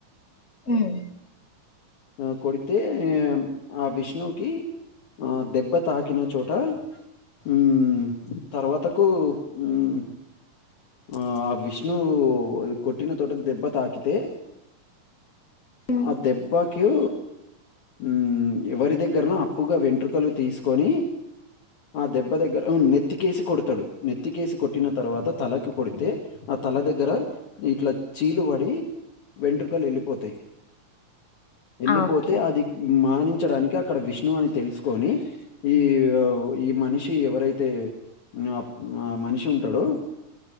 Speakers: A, on the left (about 30°); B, on the left (about 60°).
A: హ్మ్
B: ఆ కొడితే ఆ విష్ణువుకి ఆ దెబ్బ తాకినా చోట హ్మ్ తర్వాతకు హ్మ్ ఆ విష్ణువు కొట్టిన తోట దెబ్బ తాకితే
A: ఉమ్
B: ఆ దెబ్బ కు హ్మ్ ఎవరి దగ్గరనో అప్పుగా వెంట్రుకలు తీస్ కొని ఆ దెబ్బ దగ్గర నెత్తికేసి కొడుతడు నెత్తికేసి కొట్టిన తర్వాత తలకి కొడితే ఆ తల దగ్గర ఇ చీలు పడి వెంట్రుకలు వెళ్ళిపోతాయి వెళ్ళిపోతే
A: ఆ ఓకే
B: అది మానించడానికి అక్కడ విష్ణు అని తెలుసుకొని ఈ ఈ మనిషి ఎవరైతే ఆ ఆ మనిషి ఉంటడో